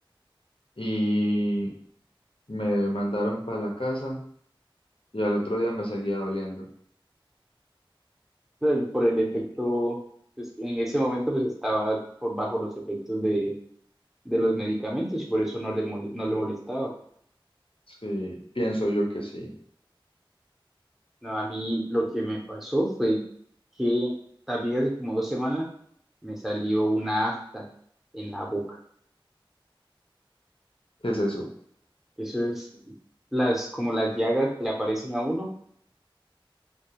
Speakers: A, on the left; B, in the centre.
A: Y me mandaron para la casa y al otro día me seguía doliendo.
B: Por el, por el efecto,
A: Y
B: pues en ese momento pues estaba por bajo los efectos de, de los medicamentos y por eso no le, mole- no le molestaba.
A: sí, pienso yo que sí.
B: No, a mí lo
A: ¿Qué
B: que me pasó fue que también hace como dos semanas me salió una afta en la boca.
A: es eso?
B: Eso es las, como las llagas que le aparecen a uno.